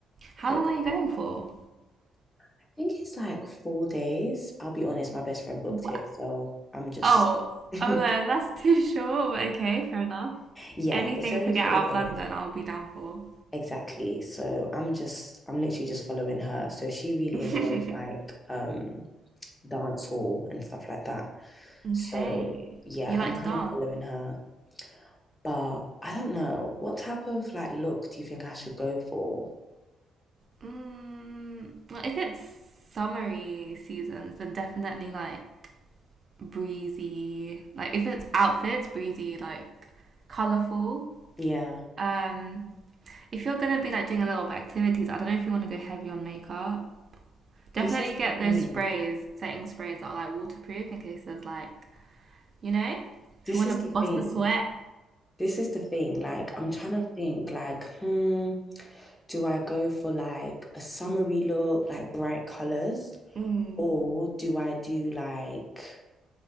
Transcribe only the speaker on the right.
How
long are you going for?
Wha
Oh,
oh no, that's too short. but Okay, fair enough.
Anything
to get
out
of London, I'll be down for.
<laughs>
Okay.
You like
to Yeah.
dance?
Mm, well, if it's summery seasons, then definitely like breezy. Like if it's outfits, breezy, like colorful.
Um, if you're gonna be like doing a little bit of activities, I don't know if you want to go heavy on makeup. Definitely
get
those
sprays, setting sprays that are like waterproof in case there's like, you know, if
you want
to bust
a sweat.
Mm,